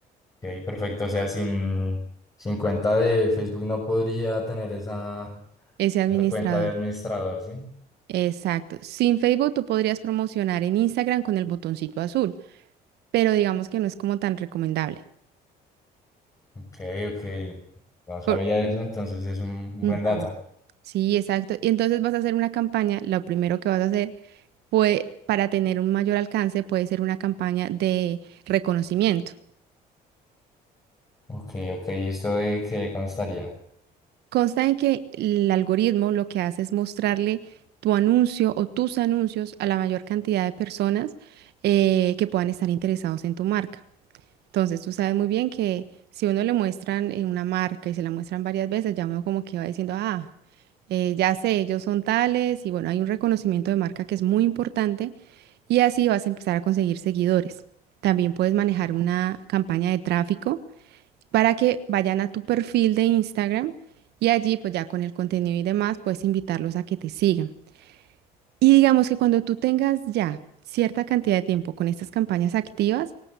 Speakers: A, on the left; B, on the right.
A: Ok, perfecto. O sea, sin, sin cuenta de Facebook no podría tener esa,
B: ese administrador.
A: esa cuenta de administrador, ¿sí?
B: Exacto. Sin Facebook tú podrías promocionar en Instagram con el botoncito azul, pero digamos que no es como tan recomendable.
A: Ok, ok. No sabía
B: Por...
A: eso, entonces es un
B: Ujú.
A: buen dato.
B: Sí, exacto. Y entonces vas a hacer una campaña, lo primero que vas a hacer, pues para tener un mayor alcance puede ser una campaña de reconocimiento.
A: Ok, ok. ¿Y esto de qué constaría?
B: Consta en que el algoritmo lo que hace es mostrarle tu anuncio o tus anuncios a la mayor cantidad de personas eh, que puedan estar interesados en tu marca. Entonces, tú sabes muy bien que si uno le muestran eh, una marca y se la muestran varias veces, ya uno como que va diciendo, ah, eh, ya sé, ellos son tales, y bueno, hay un reconocimiento de marca que es muy importante, y así vas a empezar a conseguir seguidores. También puedes manejar una campaña de tráfico para que vayan a tu perfil de Instagram y allí, pues ya con el contenido y demás, puedes invitarlos a que te sigan. Y digamos que cuando tú tengas ya cierta cantidad de tiempo con estas campañas activas,